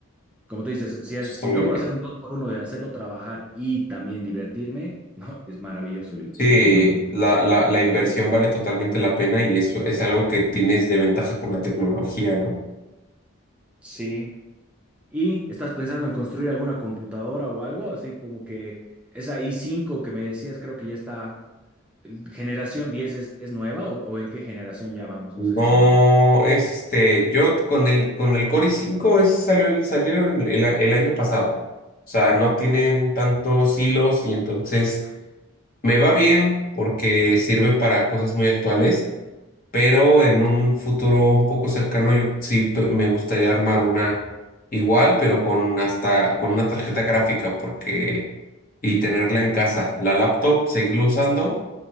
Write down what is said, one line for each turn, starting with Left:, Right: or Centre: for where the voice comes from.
Centre: como tú dices, si, es-
Left: está
Centre: si logro
Left: muy bien.
Centre: hacer un dos por uno de hacerlo trabajar y también divertirme, <laughs> ¿no? Es maravilloso el-
Left: Sí,
Centre: la tecnología.
Left: la, la, la inversión vale totalmente la pena y eso es algo que tienes de ventaja con la tecnología, ¿no?
Centre: Sí, ¿Y estás pensando en construir alguna computadora o algo? Así como que esa i cinco que me decías, creo que ya está, generación 10 es, es nueva o, o en qué generación ya vamos,
Left: No,
Centre: no sé si sabes de eso.
Left: es este, yo con el, con el Core i5 es, salió, el- salieron el, el, el año pasado. O sea, no tienen tantos hilos y entonces me va bien porque sirve para cosas muy actuales pero en un futuro un poco cercano yo sí pe- me gustaría armar una igual, pero con hasta con una tarjeta gráfica porque y tenerla en casa, la laptop seguirla usando,